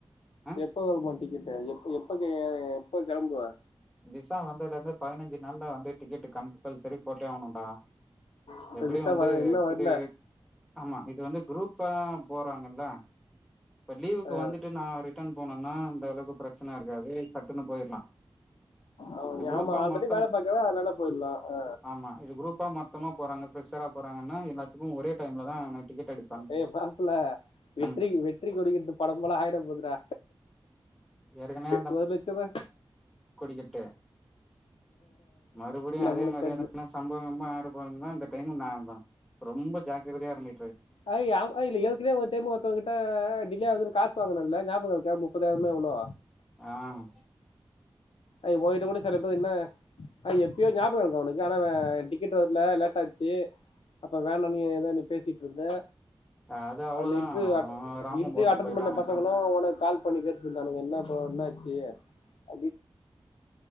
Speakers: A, in the centre; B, on the left (about 85°).
A: ஆ
B: எப்ப வருமா டிக்கெட்டு எப்ப எப்ப கெளம்புவே
A: விசா வந்ததிலிருந்து பதினஞ்சு நாள்ல வந்து டிக்கெட் கம்பல்சரி போட்டே ஆகணுன்டா
B: இப்போ
A: எப்படியு
B: விசா
A: வந்து
B: வர இன்னும் வரல
A: இது ஆமா இது வந்து குரூப் இப்போ போறாங்கல்ல இப்ப லீவுக்கு
B: ஆ.
A: வந்துட்டு நான் ரிட்டன் போனோம்னா அந்த அளவுக்கு பிரச்சனை இருக்காது சட்டுன்னு போயிரலாம்
B: அவன்
A: இது
B: நீ
A: குரூப்ப
B: ஆமா ஆல்ரெடி
A: மொத்தம்
B: வேலை பார்க்கவே அதனால போயிடலாம் ஆ.
A: ஆமா இது குரூப்பா மொத்தமா போறாங்க பிரெஷரா போறாங்கன்னா எல்லாத்துக்கு ஒரே டைம்ல தா டிக்கெட் அடிப்பாங்க
B: ஏ் மாப்பிள்ள வெற்றி
A: ம்
B: வெற்றி கொடி கட்டுங்கிற படம் போலே ஆயிட போதுறா
A: ஏற்கனவே
B: ஒரு லட்சமா
A: கட்டு மறுபடியும்
B: நம்மளுக்கு
A: அதே மாதிரியான
B: கட்டு
A: சம்பவம் கிம்பவம் ஆயிரப்போகுதுன்னு இந்த டைம் நான் ஆமா ரொம்ப ஜாக்கிரதையா இருந்த
B: அய் அ இல்ல ஏற்கனவே ஒரு டைம் ஒருத்தங்கிட்ட டிலே ஆகுது காசு வாங்கினேல்ல ஞாபக இருக்கா முப்பதாயிரமா எவ்வளோ
A: ஆஹ்
B: அய் போயிட்டு கூட செல பேர் என்ன ஆஹ் எப்பயோ ஞாபகம் இருக்கா உனக்கு ஆனா டிக்கெட் வரலே லேட்டாச்சு அப்ப வேண நீ ஏதோ பேசிட்டு இருந்தே
A: அது அவ்ளோதா
B: அதுல இன்
A: அவ ராம
B: இன்டிரியூ
A: போட்டு
B: அட்டன்
A: போயிட்டா
B: பண்ண
A: மச்சா
B: பசங்களும் உனக்கு கால் பண்ணி பேசிட்டுருந்தானு என்ன ஆச்சு இப்ப என்னாச்சு <unintelligible>